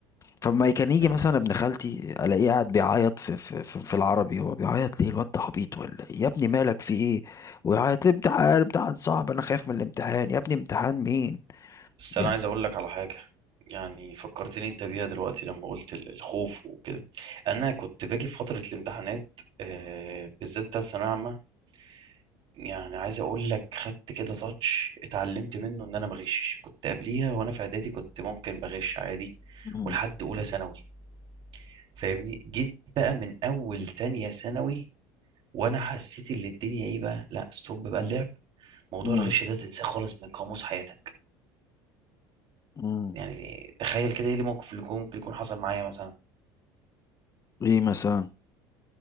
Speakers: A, on the left; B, on the right.
A: فما كان يجي
B: مم.
A: مثلا ابن خالتي الاقيه قاعد بيعيط في في في, في العربي هو بيعيط ليه الواد ده عبيط ولا إيه؟ يا ابني مالك في ايه ويعيط امتحان امتحان صعب انا خايف من الامتحان يا ابني امتحان مين
B: بس
A: يعني
B: انا عايز اقول لك على حاجه يعني فكرتني انت بيها دلوقتي لما قلت ال- الخوف وكده انا كنت باجي في فتره الامتحانات آه بالذات بتاعت ثانويه عامه يعني عايز اقول لك خدت كده تاتش اتعلمت منه ان انا ما اغشش كنت قبليها وانا في اعدادي كنت ممكن بغش عادي
A: مم.
B: ولحد اولى ثانوي فاهمني جيت بقى من اول تانية ثانوي وانا حسيت ان الدنيا ايه بقى لا ستوب بقى اللعب موضوع
A: مم.
B: الغش ده تنساه خالص من قاموس حياتك
A: مم.
B: يعني تخيل كده ايه الموقف اللي ممكن يكون حصل معايا مثلا
A: ايه مثلا